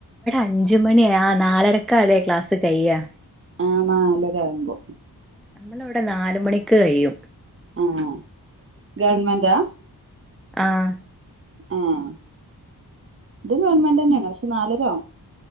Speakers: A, in the centre; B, on the right.
A: അഞ്ച മണിയ ആ നാലരക്കല്ലേ ക്ലാസ് കഴിയ്യാ?
B: ആഹ് നാലര ആകുമ്പോ
A: നമ്മൾ ഇവിടെ നാല മണിക്ക് കഴിയും.
B: ആഹ ഗവൺമെന്റാ
A: ആഹ
B: ആഹ ഇത് ഗവൺമെന്റ് തന്നെയാണ് പക്ഷെ നാലരവും.